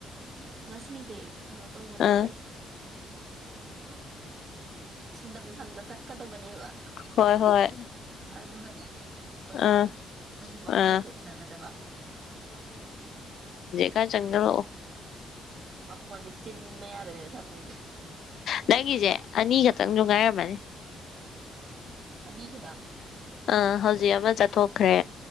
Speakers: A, on the right; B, on the left.
A: ꯎꯝ ꯉꯁꯤꯁꯦ ꯀꯩꯅꯣ ꯇꯧꯕꯅꯦꯕ
B: ꯑꯥ
A: ꯑꯩꯁꯦ ꯑ ꯁꯤꯟꯗꯝ ꯁꯪꯗ ꯆꯠꯀꯗꯕ ꯕ
B: ꯍꯣꯏ ꯍꯣꯏ
A: ꯑꯗꯨꯒꯅꯦ ꯑꯣꯖꯥꯗꯣ
B: ꯑꯥ
A: ꯑꯩꯈꯣꯏꯒꯤ ꯃꯀꯣꯛꯇꯣ
B: ꯑꯥ
A: ꯎꯅꯒꯗꯕ
B: ꯀ ꯆꯪꯒ ꯂꯑꯣ
A: ꯃꯖꯤ ꯆꯤꯟꯃ ꯌꯥꯗ꯭ꯔꯦ ꯇꯃꯤꯖ
B: ꯅꯪꯒꯤꯁꯦ ꯑꯅꯤꯈꯛꯇꯪ ꯅꯨꯡ ꯉꯥꯏꯔꯝꯃꯅꯤ
A: ꯅꯤꯒꯗꯥ
B: ꯑꯥ ꯍꯧꯖꯤꯛ ꯑꯃ ꯆꯠꯊꯣꯛꯈ꯭ꯔꯦ